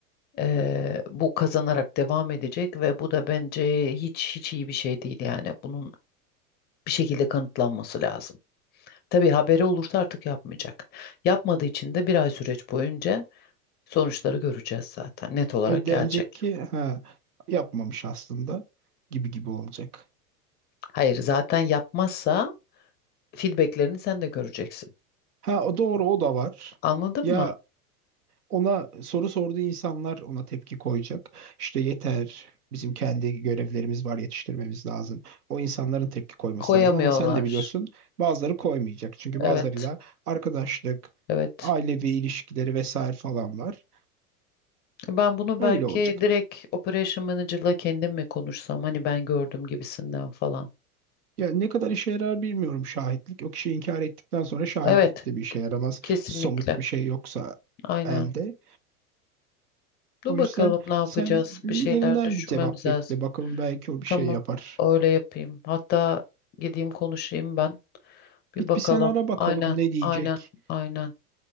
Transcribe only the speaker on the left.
eee, bu kazanarak devam edecek ve bu da bence hiç hiç iyi bir şey değil yani. Bunun bir şekilde kanıtlanması lazım. Tabii haberi olursa artık yapmayacak. Yapmadığı için de bir ay süreç boyunca sonuçları göreceğiz zaten. Net olarak
gelecek.
Hayır, zaten yapmazsa feedbacklerini sen de göreceksin.
Anladın
mı?
Koyamıyorlar.
Evet,
evet.
Ben bunu
belki
direkt Operation Manager'la kendim mi konuşsam hani ben gördüm gibisinden falan.
Evet,
kesinlikle.
Aynen.
Dur
bakalım
ne yapacağız?
Bir şeyler düşünmemiz
lazım.
Tamam,
öyle yapayım. Hatta gideyim konuşayım ben. Bir
bakalım.
Aynen,
aynen, aynen.